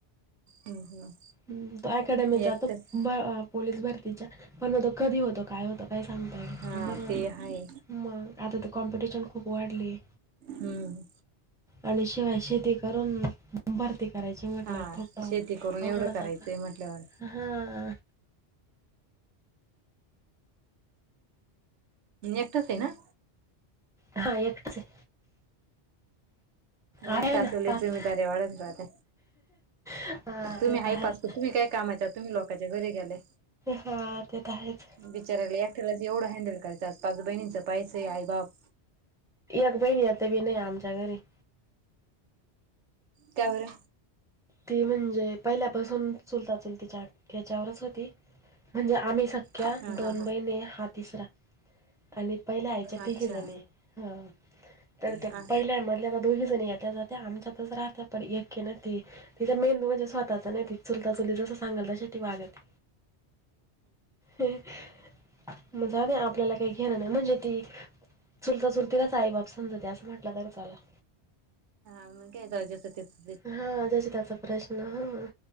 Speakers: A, on the right (about 80°); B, in the centre.
A: <inaudible> हम्म हम्म.
B: हम्म तो अकॅडमीत जातो
A: एकटच
B: बा पोलीस भरतीच्या पण मग तो कधी होतो, काय होतं काय सांगता येईल
A: हा
B: बरोबर
A: ते
B: नाही
A: आहे
B: मग आता तर कॉम्पिटिशन खूप वाढलीये
A: हम्म.
B: आणि शिवाय शेती करून भरती करायची म्हटल्या
A: हा
B: थोडं
A: शेती करून एवढं
B: अवघड
A: करायचंय
B: जात
A: म्हटल्यावर
B: हां.
A: एकटंच आहे ना.
B: हा एकटच आहे. अरे
A: एकट असलेवले
B: ना पाच
A: जमीदारी वाढत राात
B: हा
A: तुम्ही
B: ते तर
A: हापास
B: आहेच
A: तुम्ही काय काम तुम्ही लोकांच्या घरी गेले.
B: हा ते त आहेच.
A: बिचारायला एकट्यालाच एवढं हँडल करायं पाग बहिणींच पैसे आई बाप
B: अग बहिणीया ते ब नाही आमच्यागरी.
A: त्यावर.
B: ती म्हणजे पहिल्यापासून चुलता चुलतीच्या ख्याच्यावरच होती म्हणजे आम्ही सख्या
A: हा
B: दोनबैने
A: हा
B: हा तिसरा. आणि पहिले आयच्या
A: अच्छा
B: तीघेलाणी ह. तर
A: हा
B: पहिल्या मधले आता दोघी जण येत्या जाते आमच्या पच राहत पण एके न तिचा मेंदू म्हणजे स्वतःचा नाही त चुलता चुली जसं सांगाल तश वागत मगज आपल्याला काही घेणार नाही म्हणजे ती. चुलता चुलती का आई बाप समजते असं म्हटलं तर चला
A: <unintelligible>
B: हा जशी त्याचा प्रश्न हा.